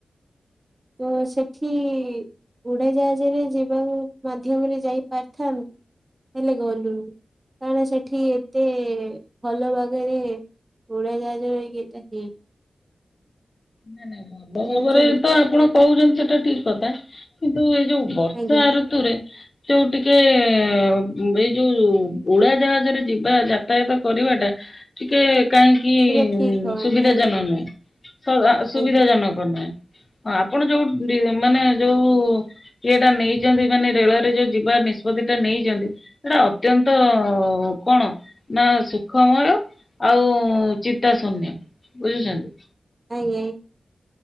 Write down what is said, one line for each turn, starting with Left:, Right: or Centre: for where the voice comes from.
Right: ତ ସେଠି। ଉଡ଼ାଜାହାଜରେ ଯିବାକୁ ମାଧ୍ୟମରେ ଯାଇପାରିଥାନ୍ତୁ ହେଲେ ଗଲୁନି। କାରଣ ସେଠି ଏତେ ଭଲ ଭାବରେ ଉଡାଜାହାଜ ହେଇ କି ହେଇ।
Left: ନାଇଁ ନାଇ ଭଲ
Right: ବୁଝିପାରୁଛନ୍ତି
Left: ଭାବରେ ତ ଆପଣ କହୁଛନ୍ତି ସେଟା ଠିକ କଥା କିନ୍ତୁ ଯୋଉ ବର୍ଷା
Right: ଆଜ୍ଞା।
Left: ଋତୁରେ ଯୋଉ ଟିକେ ଏଇ ଯୋଉ ଉଡାଜାହାଜରେ ଯିବା ଯାତାୟାତ କରିବାଟା ଟିକେ କାହିଁକି
Right: ସେଟା ଠିକ ହବନି
Left: ସୁବିଧା
Right: ଆଜ୍ଞା
Left: ଜନକ ନୁହେଁ। ସୁବିଧା
Right: ଆଜ୍ଞା
Left: ଜନକ ନୁହେଁ ହଁ ଆପଣ ଯୋଉ ମାନେ ଯୋଉ କିଏଟା ନେଇଛନ୍ତି ମାନେ ରେଳରେ ଯୋଉ ଯିବ ନିଷ୍ପତି ଟା ନେଇଛନ୍ତି। ସେଇଟା ଅତ୍ୟନ୍ତ କଣ ନା ସୁଖମୟ। ଆଉ ଚିତା ଶୂନ୍ୟ ବୁଝୁଛନ୍ତି।
Right: ଆଜ୍ଞା।